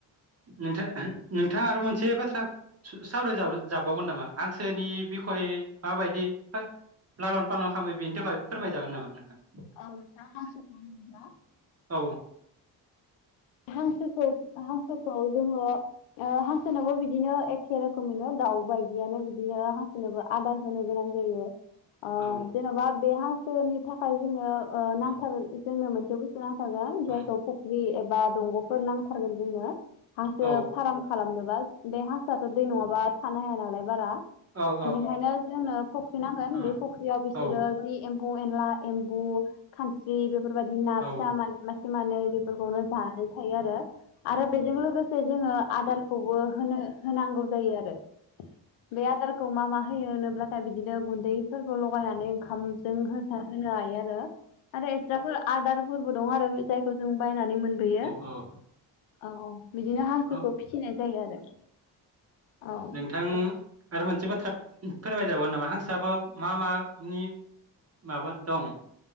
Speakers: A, on the right; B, on the left.
A: नोंथां नोंथाङा आरो मोन से बाथ्रा सावराय जाबावगोन नामा? हांसोनि बिखय माबायदि लालन पालन खामो बेनि थाखाय फोरमायजागोन नामा नोंथां?
B: औ नोंथां <unintelligible>
A: औ
B: हांसोखौ हांसोखौ जोङो हांसोनाबो बिदिनो एखे रोखोमैनो दाउ बायदियानो बिदिनो हांसोनोबो आदार होनो गोनां जायो। अ
A: औ
B: जेन'बा बे हां सोनि थाखाय जोङो
A: औ
B: नांथार जोंनो मोन <unintelligible> गोन
A: औ
B: जायखौ ख ख्रि एबा दंग'फोर नांथारगोन जोंनो। हांसो
A: औ
B: फार्म खालामनोबा बे हांसोआथ' दै नङाबा थानो हाया नालाय बारा
A: औ औ
B: बेनिखायनो जोंनो फुख्रि नांगोन
A: औ
B: बे फुख्रियाव बिसोरो
A: औ
B: जि एम फौ एनला, एमबु, खानस्रि बेफोर बाय दि ना
A: औ
B: फिसा मासे मानै खौनो जानानै थायो आरो। आरो बेजों लोगोसे जोङो आदारखौबो होनो होनांगौ जायो आरो बे आदारखौ मा मा होयो होनब्लाथाय बिदिनो गुन्दै फोरबो लगायनानै ओंखामजों होसार होनो हायो आरो। <unintelligible> आरो <unintelligible> <unintelligible> फोरबो दं आरो जायखौ जों बायनानै मोनबोयो
A: औ
B: औ बिदिनो हांसोखौ
A: औ
B: फिसिनाय जायो आरो। औ
A: नोंथां
B: औ
A: आरो मोनसे बाथ्रा फोरमाय जाबावगोन नामा हांसोआ मा मा मानि माबा दं?